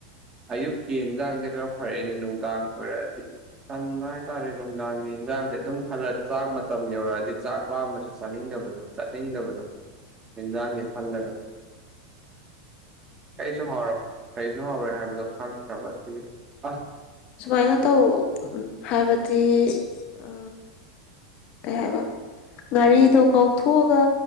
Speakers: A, on the right (about 25°); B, on the left (about 45°).
A: ꯑꯌꯨꯛꯀꯤ ꯌꯦꯟꯖꯥꯡꯖꯦ ꯈꯔ ꯐꯔꯛꯑꯦꯅꯦ ꯅꯨꯡꯗꯥꯡ ꯑꯣꯏꯔꯛꯑꯗꯤ ꯇꯟꯕ ꯍꯥꯏꯇꯥꯔꯦ ꯅꯨꯡꯗꯥꯡꯒꯤ ꯏꯟꯖꯥꯡꯁꯦ ꯑꯗꯨꯝ ꯈꯜꯂ ꯆꯥꯛ ꯃꯇꯝ ꯌꯧꯔꯛꯑꯗꯤ ꯆꯥꯛ ꯂꯥꯝꯃꯁꯨ ꯆꯥꯅꯤꯡ ꯗꯕꯗꯣ ꯆꯠꯅꯤꯡꯗꯕꯗꯣ ꯍꯤꯟꯖꯥꯡꯒꯤ ꯈꯜꯂꯒ
B: <inaudible>
A: <unintelligible> ꯀꯩꯁꯨ ꯍꯥꯎꯔꯣꯏ ꯍꯥꯏꯕꯗꯣ ꯈꯪꯈ꯭ꯔꯕ ꯑꯗꯨꯒꯤ ꯑ
B: ꯁꯨꯝꯃꯥꯏꯅ ꯇꯧ ꯍꯥꯏꯕꯗꯤ ꯑ ꯀꯩ ꯍꯥꯏꯕ ꯉꯥꯔꯤꯗꯣ ꯉꯧꯊꯣꯛꯑꯒ